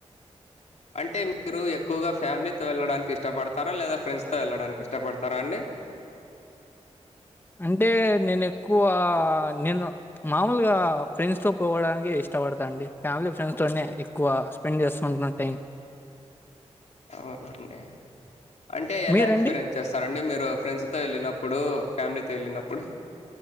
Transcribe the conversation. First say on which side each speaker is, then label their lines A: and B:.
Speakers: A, on the left (about 70°); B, on the left (about 20°).
A: అంటే మీరు ఎక్కువగా ఫ్యామిలీతో వెళ్ళడానికి ఇష్టపడతారా లేదా ఫ్రెండ్స్తో వెళ్ళడానికి ఇష్టపడతారా అండి.
B: అంటే నేను ఎక్కువ నేను మామూలుగా ఫ్రెండ్స్ తో పోవడానికే ఇష్టం. ఇష్టపడతాండి ఫ్యామిలీ ఫ్రెండ్స్ తోనే ఎక్కువ స్పెండ్ చేస్తా ఉంటున్నా టైం.
A: అవునండి. అంటే ఎలా
B: మీరండి?
A: ఎక్స్పీరియన్స్ చేస్తారండి మీరు ఫ్రెండ్స్ తో వెళ్ళినప్పుడు ఫ్యామిలీ. వేళ్ళినప్పుడు.